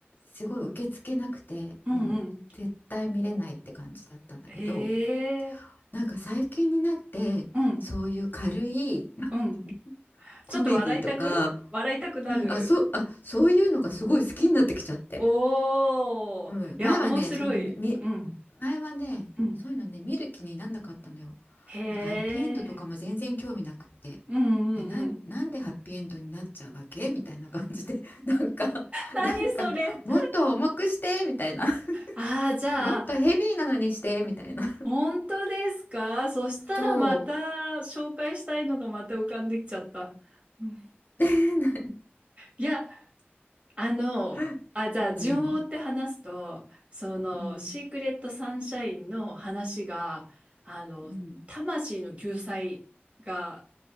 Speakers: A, on the left (about 55°); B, on the right (about 35°).
A: すごい受け付けなくてもう絶対見れないって感じだったんだけど、
B: うんうん。へえ。
A: なんか最近になってそういう軽い
B: うん。うん。
A: <laughs> コメディとか
B: ちょっと笑いたく笑いたくなる。
A: うん、あ、そう、あ、そういうのがすごい好きになってきちゃって。
B: おー。
A: うん、
B: いや、
A: 前はね、
B: 面白い。
A: そういうのみ、み
B: うん。
A: 前はね、
B: うん。
A: そういうのね、見る気になんなかったのよ。
B: へえ。
A: なんかハッピーエンドとかも全然興味なくって。
B: うんうんうん。
A: え、なん、なんでハッピーエンドになっちゃうわけみたいな感じで、<laughs> なんか、
B: 何それ。
A: なんか、もっと重くして、みたいな。<laughs>
B: ああ、じゃあ、
A: もっとヘビーなのにして、みたいな。
B: 本当ですかそしたらまた紹介したいのがまた浮かんできちゃった。
A: そ
B: うん
A: う。<laughs> で、何
B: いや、あの、
A: <laughs>
B: あ、じゃあ順を追って話すと、
A: うん、
B: その、
A: うん、
B: シークレットサンシャインの話が、あの、
A: うん。
B: 魂の救済が